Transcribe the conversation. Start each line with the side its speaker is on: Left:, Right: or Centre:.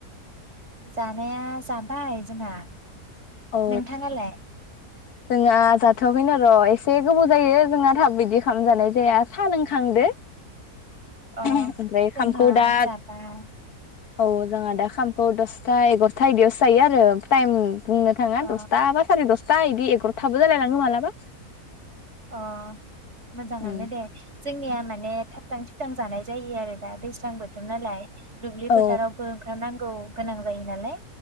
Right: जानाया जाबाय जोंहा
Left: औ
Right: नोंथाङालाय
Left: जोंहा जाथवाखैनो र एसे गोबाव जायो जोङा थाब बिदि खाम जानाय जाया सा लोंखांदो
Right: अ
Left: ओमफ्राय
Right: जोंहा
Left: खामखौ दा
Right: जाबाय
Left: औ जोंहा दा खामखौ दस था एग्र'था इदियावसो जायो आरो टाइमनि बुंनो थाङा
Right: अ
Left: दसथा बा सारि दस जा इदि एग्रथाबो जालाय लाङो मालाबा
Right: अ मोजाङानो
Left: औ
Right: दे जोंनिया माने थाब थां जां जानाय जायो आरो दा दैज्लां बोथोर नालाय दुब्लि
Left: औ
Right: फोथारावबो ओंखारनां गौ गोनां जायो नालाय